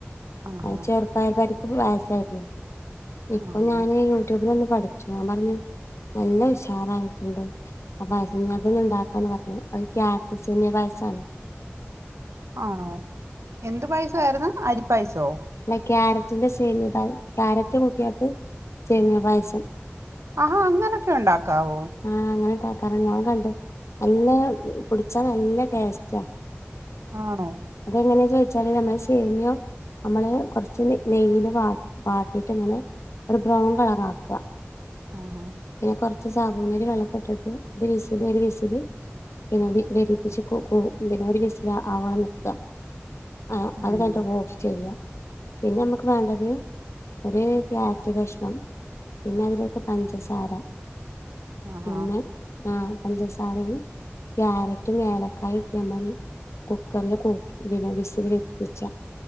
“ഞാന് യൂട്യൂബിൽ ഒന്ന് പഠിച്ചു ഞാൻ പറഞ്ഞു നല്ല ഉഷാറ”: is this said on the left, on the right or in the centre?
Left